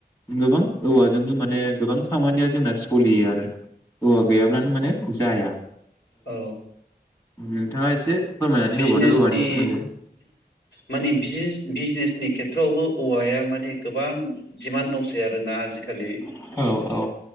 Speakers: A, on the left; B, on the left.
A: गोबां औवाजोंनो माने गोबां खामानिया जोंना स'लियो आरो। औवा गैयाब्लानो माने जाया।
B: औ
A: नोंथाङा एसे फोरमायनानै
B: बिजनेसनि
A: होबावदो औवानि सोमोन्दै
B: माने बिजनेसनि खे फ्रावबो औवाया माने गोबां दिमान्ड दंसै आरोना आजिखालि
A: औ औ